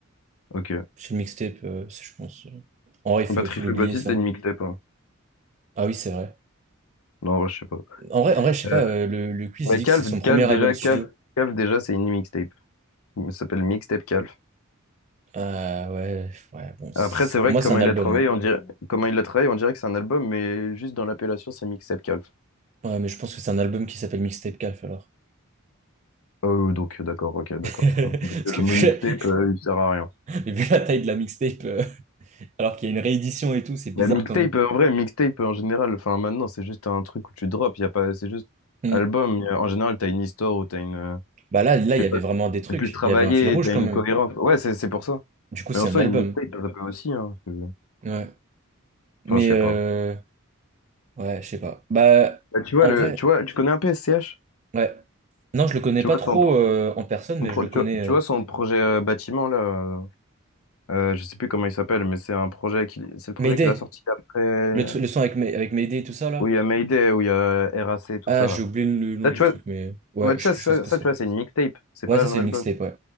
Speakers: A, on the left (about 85°); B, on the right (about 35°).
A: Ok.
B: C'est une mixtape, euh, c'est- je pense. euh. En vrai, il faut,
A: Batterie
B: il faut
A: faible
B: l'oublier,
A: aussi,
B: ça.
A: c'est une mixtape, hein.
B: Ah oui, c'est vrai.
A: Non, ouais, je sais pas.
B: En vrai, en vrai, je sais
A: Euh,
B: pas, euh, le, le quiz,
A: mais
B: il dit
A: Calve,
B: que c'est son premier
A: Calve,
B: album
A: déjà,
B: studio.
A: Calve, Calve, déjà, c'est une mixtape. Ça s'appelle Mixtape Calve.
B: Euh, ouais, ouais, bon, c'est-
A: Après, c'est
B: pour
A: vrai
B: moi,
A: que comment
B: c'est un
A: il
B: album,
A: a travaillé,
B: hein.
A: on dirait, comment il l'a travaillé, on dirait que c'est un album, mais juste dans l'appellation, c'est mixtape calf.
B: Ouais, mais je pense que c'est un album qui s'appelle Mixtape Calf, alors.
A: Euh, donc, d'accord, ok, d'accord.
B: <laughs> Parce
A: Donc, euh,
B: que
A: le
B: vu
A: mot mixtape, euh, il sert à rien.
B: la, vu la taille de la mixtape, euh, <laughs> alors qu'il y a une réédition et tout, c'est bizarre
A: La mixtape,
B: quand même.
A: euh, en vrai, mixtape euh, en général, enfin maintenant, c'est juste un truc où tu drops, y a pas, c'est juste
B: Mm.
A: album. y a- en général, t'as une histoire ou t'as une, euh,
B: Bah là, là,
A: je
B: il y
A: sais
B: avait
A: pas,
B: vraiment des trucs.
A: c'est plus travaillé,
B: Il y avait un fil rouge
A: t'as
B: quand
A: une
B: même.
A: cohérence. Ouais, c'est c'est pour ça.
B: Du coup, c'est
A: Mais en soi,
B: un album.
A: une mixtape, ça peut aussi, hein. c'est-
B: Ouais. Mais,
A: Enfin, je sais
B: euh,
A: pas.
B: ouais, je sais pas. Bah,
A: Bah, tu vois,
B: en
A: le,
B: vrai,
A: tu vois, tu connais un peu S C h
B: ouais. Non, je le connais
A: Tu
B: pas
A: vois
B: trop
A: son,
B: euh, en personne, mais
A: son pro-
B: je le
A: tu
B: connais.
A: vois,
B: euh,
A: tu vois son projet euh, bâtiment, là. euh, Euh, je sais plus comment il s'appelle, mais c'est un projet qu'il, c'est le projet
B: Mayday,
A: qu'il a sorti après,
B: le, tru- le son avec, May- avec Mayday et tout ça, là.
A: où il y a Mayday, où il y a RAC, tout
B: Ah,
A: ça,
B: j'ai
A: là.
B: oublié le nom
A: Ça, tu
B: du
A: vois,
B: truc, mais
A: Oui,
B: ouais,
A: ouais,
B: je,
A: ça, ça,
B: je sais ce que
A: ça,
B: c'est.
A: tu vois, c'est une mixtape, c'est
B: Ouais,
A: pas
B: ça
A: un
B: c'est une
A: album.
B: mixtape, ouais.